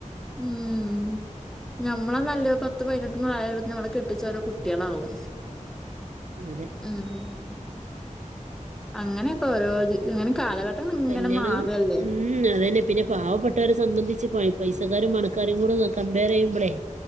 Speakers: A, in the centre; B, on the right.
A: ഉം ഞമ്മളെ നല്ലൊ പത്ത് പയിനെട്ട് പ്രായാമ്പത്തിന് നമ്മളെ കെട്ടിച്ചോരോ കുട്ട്യാളാവും
B: അതെ
A: ആഹ് അങ്ങനെയൊക്കെ ഓരോജ് ഇങ്ങനെ കാലഘട്ടം ഇങ്ങനെ
B: കല്യാണം
A: മാറല്ലേ
B: ഉം അതന്നെ പിന്നെ പാവപ്പെട്ടവരെ സംബന്ധിച്ച് പയി പൈസക്കാരും പണക്കാരും കൂടെ കംമ്പേറെയ്യുമ്പളെ